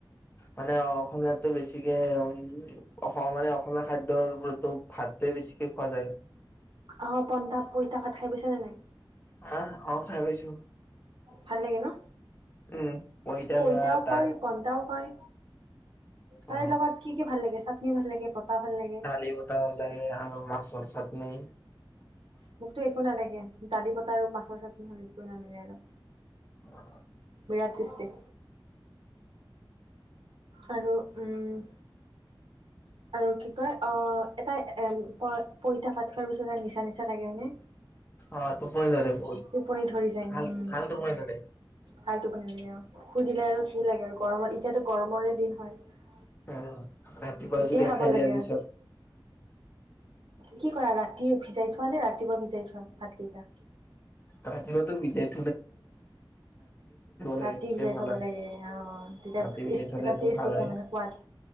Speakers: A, on the left; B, on the right.
A: মানে অসমীয়াতটো বেছিকে উম অস মানে অসমীয়া খাদ্যৰ গুৰুত্ব ভাতটোৱে বেছিকে খোৱা যায়।
B: আহ পনটা পইতা ভাত খাই পাইছানে নাই‌?
A: হাঁ, অঁ খাই পাইছো
B: ভাল লাগে ন?
A: উম পইটা
B: পইতাও
A: তাত
B: কয় পন্তাও কয়। তাৰে
A: অ
B: লগত কি কি ভাল লাগে চা কি ভাল লাগে? ভাল লাগে।
A: দালি বতাহ ভাল লাগে আৰু মাছৰ চাট নে?
B: মোকতো একো নালাগে, দালি বত আৰু মাছৰ চাটনি হ'লে একো নালাগে আৰু।
A: অ'
B: বিৰাত টেষ্টি। আৰু উম আৰু কি কয়, অ' এটা এম পত পইতা ভাত খোৱাৰ পািছত এটা নিচা নিচা লাগে, হয়নে?
A: অ তোপনি ধৰে দে বহুত
B: টোপনি ধৰি যায়
A: ভাল
B: উম
A: ভাল টোপনি ধৰে
B: ভাল টোপনি ধৰে আৰু শুই দিলে আৰু কি লাগে আৰু গৰমত এতিয়াতো গৰমৰে দিন হয়।
A: অ ৰাতিপুৱা
B: এতিয়া
A: যদি
B: খাব
A: খাই
B: লাগে
A: দিয়াৰ পিছত
B: উম কি কৰা ৰাতি উফিছ যাই থোৱা নে ৰাতিুৱা ভি যাই থোৱা ভাতকেইটা
A: ততিিওতো বিচাৰি লাগে
B: ৰাতি
A: তেতিয়া
B: ভিজাই
A: ভাল
B: থব
A: হয়।
B: লাগে অ তেতিয়া
A: ৰাতি ভিজাই থলেটো
B: এটা টেষ্ট
A: ভাল
B: উঠে
A: হয়
B: মানে সোৱাদ